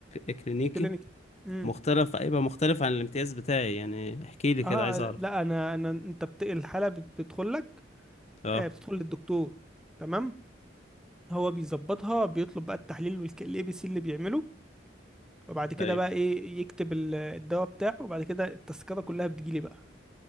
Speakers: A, on the left; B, in the centre.
A: إك- كلينيكي
B: كلينيكال امم
A: مختلف هيبقى مختلف عن الامتياز بتاعي يعني احكي لي كده
B: اه
A: عايز اعرف
B: لا انا انا انت بت... الحاله بتدخل لك
A: اه
B: آه بتدخل للدكتور تمام هو بيظبطها بيطلب بقى التحليل والاي بي سي اللي بيعمله وبعد كده
A: ايوه
B: بقى ايه يكتب ال- الدواء بتاعه وبعد كده التذكره كلها بتجيلي بقى